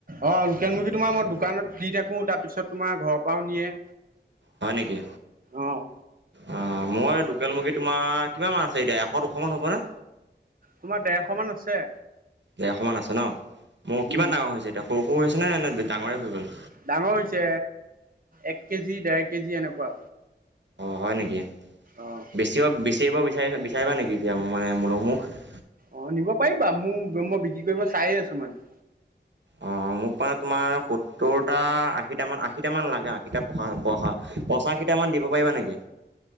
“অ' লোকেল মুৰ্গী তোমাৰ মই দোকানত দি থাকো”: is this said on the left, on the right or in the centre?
Right